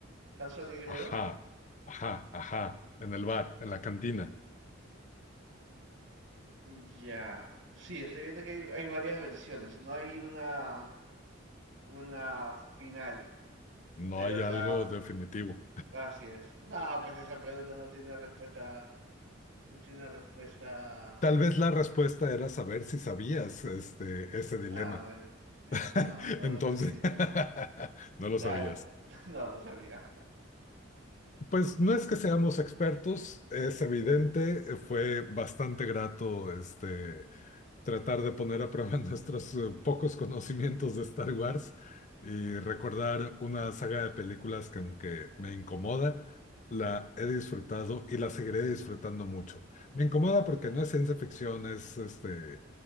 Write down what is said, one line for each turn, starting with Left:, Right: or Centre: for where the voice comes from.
Right: Han Solo y Gredo.
Left: Ajá, ajá, ajá. En el bar, en la cantina.
Right: Ya. Sí, estoy viendo que hay, hay varias versiones. No hay una, una final,
Left: No
Right: pero
Left: hay
Right: la...
Left: algo definitivo.
Right: Así es. No, pues esa pregunta no tiene respuesta, no tiene respuesta
Left: Tal vez la respuesta era saber si sabías este, ese dilema.
Right: Ah, vale. Ya, no,
Left: <laughs>
Right: no lo
Left: Entonces,
Right: No sabía.
Left: <laughs> no
Right: Dale,
Left: lo sabías.
Right: <laughs> no, no sabía.
Left: Pues no es que seamos expertos, es evidente, eh, fue bastante grato este, tratar de poner a prueba <laughs> nuestros eh, pocos conocimientos de Star Wars y recordar una saga de películas que aunque me incomoda, la he disfrutado y la seguiré disfrutando mucho. Me incomoda porque
Right: Claro,
Left: no es ciencia ficción, es este,